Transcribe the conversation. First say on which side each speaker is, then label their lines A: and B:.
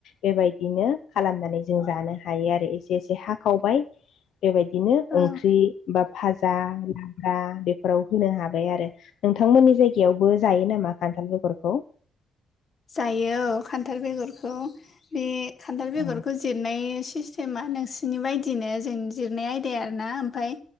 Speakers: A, on the left; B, on the left.
A: बेबायदिनो खालामनानै जों जानो हायो आरो एसे एसे हाखावबाय। बेबायदिनो
B: औ
A: ओंख्रि बा फाजा लाब्रा बेफोराव होनो हाबाय आरो। नोंथांमोननि जायगायावबो जायो नामा खान्थाल बेगरखौ
B: जायो औ खान्थाल बेगरखौ बे खान्थाल बेगरखौ
A: औ
B: जिरनाय सि समा नोंसिरनि बायदिनो जों जिरनाय आयदाया आरो ना ओमफ्राय